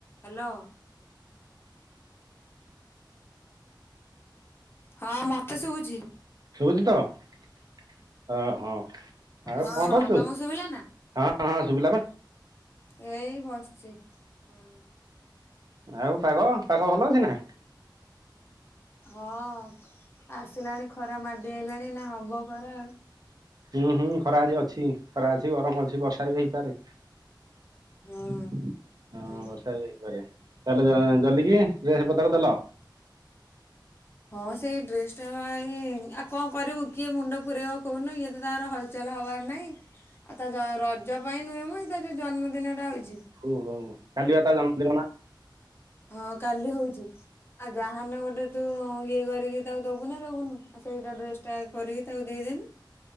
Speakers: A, on the left; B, on the right.
A: Hello. ହଁ ମୋତେ ଶୁଭୁଛି।
B: ଶୁଭୁଛି ତ? <inaudible> ଆ ହଁ। ଆଉ
A: ହଁ
B: କଣ
A: ହଁ
B: କରୁଛୁ?
A: ତମକୁ ଶୁଭିଲା
B: <inaudible>
A: ନା?
B: ହଁ ହଁ ଶୁଭିଲା ବା।
A: ଏଇ ବସିଛି। <inaudible> ହୁଁ।
B: ଆଉ ପାଗ ପାଗ ଭଲ ଅଛି ନା?
A: ହଁ। <inaudible> ଆସିଲାଣି ଖରା ମାଡି ଆଇଲାଣି ଏଇନେ ହବ ଖରା।
B: ଉଁ ହୁଁ ଖରା ଆଜି ଅଛି। ଖରା ଅଛି, ଗରମ ଅଛି, ବର୍ଷା ବି ହେଇପାରେ?
A: ହୁଁ।
B: <inaudible> ହଁ।
A: ହୁଁ।
B: ବର୍ଷା ବି ହେଇପାରେ? ତାହେଲେ ଜ ଜଲିକି ରେ ହେ ପତାରେ ଚାଲ।
A: ହଁ ସେଇ ଡ୍ରେସ ଟା ପାଇଁ, ଆଉ କଣ କରିବୁ କିଏ ମୁଣ୍ଡ ପୁରାଇବ କହୁନୁ? ଇଏ ତ ତାର ହଲ ଚାଲ ହବାର ନାଇଁ <inaudible> ଆଉ ତା ଜ ରଜ ପାଇଁ ନୁହେଁ ମୋ ଇତାର ଯୋଉ ଜନ୍ମଦିନ ଟା ଆଉଛି
B: ଓହୋ କାଲିବା ତା ଜନ୍ମଦିନ ନା?
A: ହଁ କାଲି ହଉଛି। <inaudible> ଆଉ ଯାହାନେ ଗୋଟେ ତୁ ଇଏ କରିକି ତାକୁ ଦବୁ ନା ଦବୁନୁ? ଆଉ ସେଇଟା ଡ୍ରେସ ଟା କରିକି ତାକୁ ଦେଇଦେଲି।